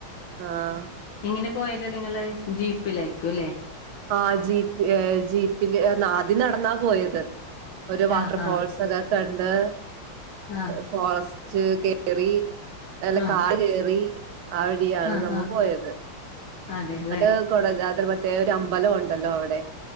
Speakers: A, on the right (about 85°); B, on the left (about 80°).
A: ആഹ്
B: എങ്ങനെ പോയത് നിങ്ങള്. ജീപ്പിലായിരിക്കും ല്ലേ.
A: ആഹ് ജീപ്പ് ജീപ്പില് ആദ്യം നടന്നാ പോയത് ഒരു വാട്ടർ
B: ആഹ്
A: ഫോൾസ്
B: ആഹ്
A: കണ്ട്
B: ആഹ്
A: ഫോറെസ്റ്റ് കേറി നല്ല
B: ആഹ്
A: കാട് കേറി ആ വഴിയാണ്
B: ആഹ്
A: നമ്മൾ
B: ആഹ്
A: പോയത്
B: അതെല്ലേ
A: അത് കൊട അവിടെ പ്രേത്യേക ഒരു അമ്പലം ഉണ്ടല്ലോ അവിടെ